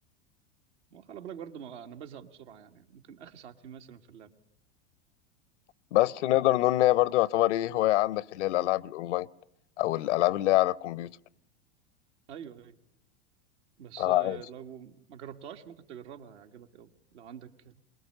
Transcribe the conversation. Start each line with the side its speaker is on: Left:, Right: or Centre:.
Right: وخلي بالك برضه ما انا بزهق بسرعه يعني ممكن اخر ساعتين مثلا في اللعب
Left: بس نقدر نقول ان هي برضه يعتبر ايه هواية عندك اللي هي الالعاب الاونلاين او الالعاب اللي هي على الكمبيوتر
Right: ايوه ايوه بس
Left: طب
Right: آه،
Left: عايز
Right: لو ما جربتهاش ممكن تجربها هيعجبك قوي لو عندك